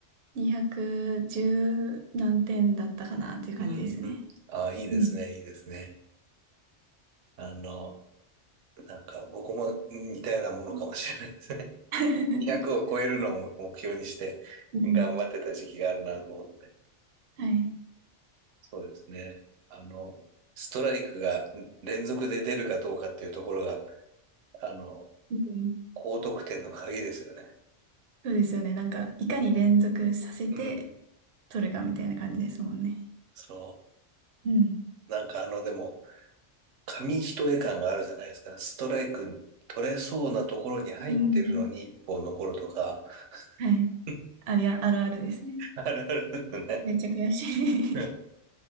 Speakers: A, on the right; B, on the right.
A: 210何点だったかなっていう感じですね。
B: うん。ああいいですね、
A: うん
B: いいですね。あの、なんか僕も似たようなものかもしれないですね
A: うん <laughs>
B: 200 <laughs> を超えるのを目標にして頑張ってた時期があるなと思って。
A: うんはい。
B: そうですね。あの、ストライクが連続で出るかどうかっていうところが、あの、
A: うん。
B: 高得点の鍵ですよね。
A: そうですよね。なんか、いかに連続させて
B: うんうん。
A: 取るかみたいな感じですもんね。
B: そう。
A: うん。
B: なんかあの、でも、紙一重感があるじゃないですか。ストライク取れそうなところに入ってるのに一本残るとか、
A: うんはい。
B: <laughs>
A: ありゃ、あるあるですね。
B: あるあるですね。
A: めっちゃ悔しい
B: うん